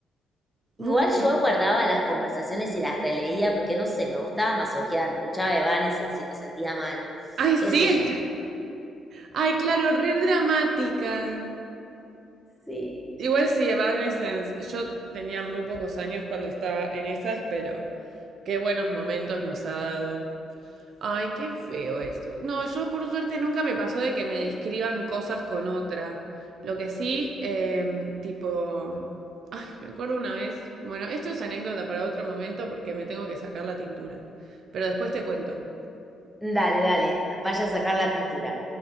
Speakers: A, in the centre; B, on the right.
A: Igual
B: mucho.
A: yo guardaba las conversaciones y las releía, porque no sé, me gustaba masoquear, me escuchaba Evanes en sí, me sentía mal,
B: Ay,
A: qué
B: sí,
A: sé yo.
B: Ay, claro, re dramática.
A: Sí.
B: Igual sí, Evanescence. Yo tenía muy pocos años cuando estaba en esas, pero qué buenos momentos nos ha dado. Ay, qué feo eso. No, yo por suerte nunca me pasó de que me describan cosas con otra. Lo que sí, em, tipo... Ay, me acuerdo una vez. Bueno, esto es anécdota para otro momento porque me tengo que sacar la tintura. Pero después te cuento.
A: Dale, dale. Vaya a sacar la tintura.